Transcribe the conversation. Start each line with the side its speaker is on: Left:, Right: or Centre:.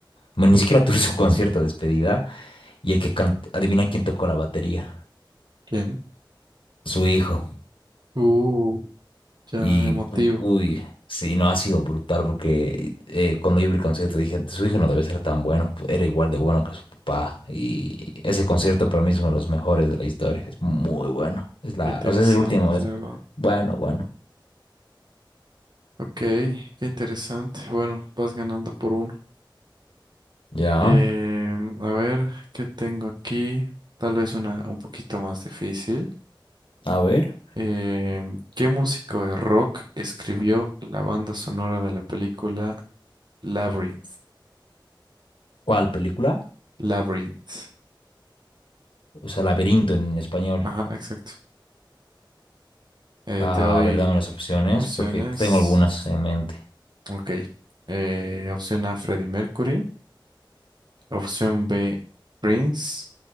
Left: Bueno, ni siquiera tour, <laughs> su concierto de despedida. Y el que can- adivina quién tocó la batería,
Right: bien.
Left: su hijo.
Right: Uh, ya
Left: Y,
Right: emotivo.
Left: uy, sí, no ha sido brutal porque eh, cuando yo vi el concierto dije, su hijo no debe ser tan bueno, pu- era igual de bueno que su papá. Y ese concierto para mí es uno de los mejores de la historia, es muy bueno. Es la,
Right: Interesante,
Left: o sea, es el último. es-
Right: la verdad.
Left: bueno, bueno.
Right: Ok, qué interesante. Bueno, vas ganando por uno.
Left: Ya,
Right: Em, a ver, ¿qué tengo aquí? Tal vez una un poquito más difícil.
Left: a ver,
Right: Eh, ¿qué músico de rock escribió la banda sonora de la película Labyrinth?
Left: ¿cuál película?
Right: Labyrinth.
Left: O sea, Laberinto en español.
Right: Ajá, exacto. Eh,
Left: Ah,
Right: te doy
Left: a ver, dame las opciones,
Right: opciones.
Left: porque tengo algunas en mente.
Right: Ok. Eh, opción A, Freddie Mercury. Opción B, Prince.